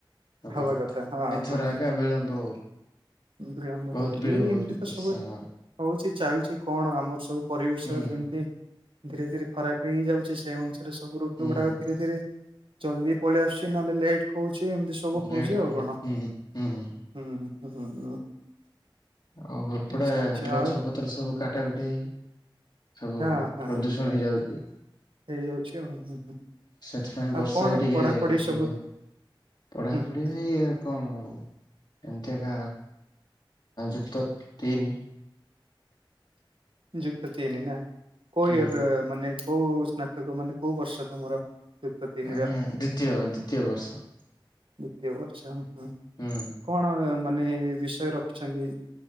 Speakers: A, on the left; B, on the right.
A: ହବାକଥା।
B: ହବା କଥା ହଁ
A: ଏଥର
B: ହଁ
A: ଆକା ବିଳମ୍ବ ହୋଉ।
B: ବିଳମ୍ବ
A: ବହୁତ
B: ହଉଛି
A: ବିଳମ୍ବ
B: ଏଇ ଏମିତି
A: ହୋଉଛି
B: ତ
A: ବର୍ଷା
B: ସବୁ
A: ହବାର।
B: ହଉଛି ଚାଲୁଛି କଣ? ଆମର ସବୁ ପରିବେଶ
A: ହୁଁ
B: ଯେମିତି ଧୀରେ ଧୀରେ ଖରାପ ହେଇ ହେଇ ଯାଉଛି। ସେଇ ଅନୁସାରେ ସବୁ ଋତୁ
A: ହୁଁ
B: ଗୁଡାକ ଧୀରେ ଧୀରେ ଜଲଦି ପଳେଇ ଆସୁଛି ନହେଲେ ଲେଟ୍ ହଉଛି। ଏମତି ସବୁ ହଉଛି
A: ଲେଟ କୁ
B: ଆଉ କଣ
A: ହୁଁ ହୁଁ।
B: ହୁଁ ହୁଁ।
A: ଆଉ ଏପଟେ
B: ଆଚ୍ଛା ଆଚ୍ଛା
A: ଗଛ
B: ଆଉ
A: ପତ୍ର ସବୁ କାଟା କୁଟି‌ ସବୁ
B: ହଁ
A: ପ୍ରଦୂଷି
B: ହଁ
A: ହେଇଯାଉଛି।
B: ହେଇଯାଉଛି ଆଉ ହୁଁ ହୁଁ।
A: ସେଥିପାଇଁ
B: ଆଉ
A: ବର୍ଷା
B: କଣ
A: ବି ଟିକେ
B: ପଢାପଢି ସବୁ
A: ପଢାପଢି
B: ହୁଁ ହୁଁ
A: ଇଏ। କଣ ଆଉ ଏମିତି ଏକା ଯୁକ୍ତ ତିନି।
B: ଯୁକ୍ତ ତିନି ନା କୋଉ
A: ହୁଁ
B: ୟର ମାନେ କୋଉ ସ୍ନାତକ ମାନେ କୋଉ ବର୍ଷ ତମର? ଯୁକ୍ତ ତିନିର
A: ଆମେ ଦ୍ଵିତୀୟ ଦ୍ଵିତୀୟ ବର୍ଷ।
B: ଦ୍ୱିତୀୟ ବର୍ଷା ହୁଁ‌।
A: ହୁଁ।
B: କଣ ମାନେ ବିଷୟ ରଖିଛନ୍ତି?